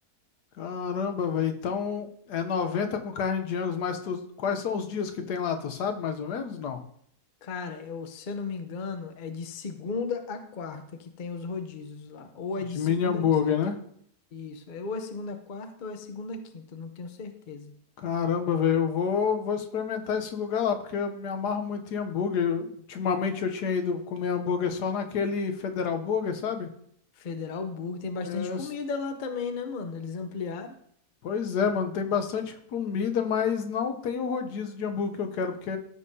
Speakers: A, on the left; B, on the left.
A: Caramba, velho. Então é 90 com carne de Angus, mas tu... quais são os dias que tem lá? Tu sabe mais ou menos? Não.
B: Cara, eu, se eu não me engano, é de segunda a quarta que tem os rodízios lá. Ou é de
A: De
B: segunda
A: mini hambúrguer,
B: a quinta.
A: né?
B: Isso. É Ou é segunda a quarta ou é segunda a quinta. eu Não tenho certeza.
A: Caramba, velho, eu vou, vou experimentar esse lugar lá, porque eu me amarro muito em hambúrguer. Eu- Ultimamente eu tinha ido comer hambúrguer só naquele Federal Burger, sabe?
B: Federal Burger. Tem bastante
A: É,
B: comida
A: s-
B: lá também, né, mano? Eles ampliaram.
A: pois é, mano, tem bastante comida, mas não tem o rodízio de hambúrguer que eu quero, porque